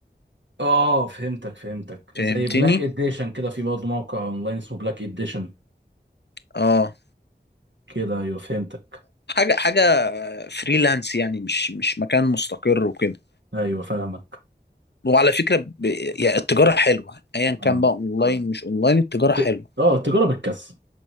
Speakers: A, on the right; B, on the left.
A: اه فهمتك فهمتك زي
B: فهمتني
A: بلاك اديشن كده في برضه موقع اونلاين اسمه بلاك اديشن
B: اه
A: كده ايوه فهمتك
B: حاجة حاجة فريلانس يعني مش مش مكان مستقر وكده
A: ايوه فاهمك
B: وعلى فكرة ب... يعني التجارة حلوة ايا كان
A: آه.
B: بقى اونلاين مش اونلاين التجارة
A: ت-
B: حلوة
A: اه تجارة بالكسب